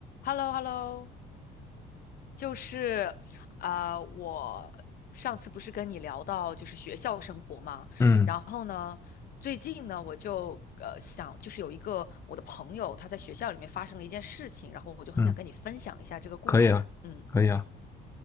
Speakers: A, on the left; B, on the left.
A: h e l l o h e l l o 就是呃，我上次不是跟你聊到就是学校生活嘛，
B: 嗯
A: 然后呢，最近呢，我就呃想，就是有一个我的朋友他在学校里面发生了一件事情，然后我就很想跟你分享一下这个故事。
B: 嗯，可以啊，
A: 嗯，
B: 可以啊，